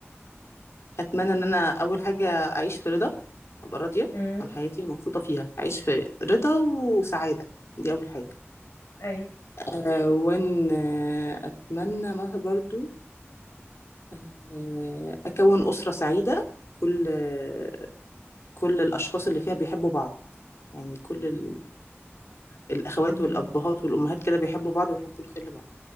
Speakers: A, on the left; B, on the left.
A: هتمنى ان انا اول حاجه اعيش في رضا ابقى راضيه
B: امم
A: عن حياتي ومبسوطه فيها اعيش في رضا وسعاده دي اول حاجه
B: اي
A: أه وان آه، اتمنى ما برضو أه اكون اسره سعيده كل آه، كل الاشخاص اللي فيها بيحبوا بعض يعني كل ال- الاخوات
B: مم.
A: والابهات والامهات كده بيحبوا بعض ويحبوا الخير لبعض